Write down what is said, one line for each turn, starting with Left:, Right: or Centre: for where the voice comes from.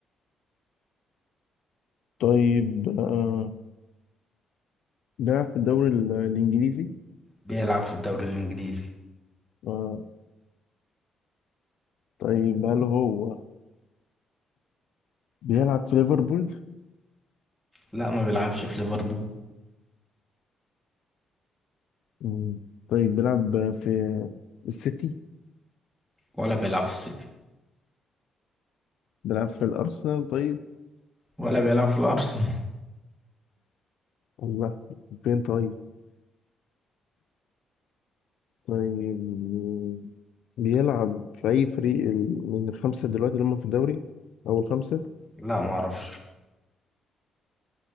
Left: طيب آه بيلعب في الدوري ال- الإنجليزي
Centre: بيلعب في الدوري الانجليزي
Left: آه، طيب هل هو بيلعب في ليفربول؟
Centre: لا ما بيلعبش في ليفربول
Left: مم. طيب بيلعب في السيتي؟
Centre: ولا بيلعب في السيتي
Left: بيلعب في الأرسنال طيب؟
Centre: ولا بيلعب في الارسنال
Left: الله فين طيب؟ طيب بيلعب في أي فريق ال- من الخمسة دلوقتي اللي هم في الدوري أو الخمسة؟
Centre: لا ما اعرفش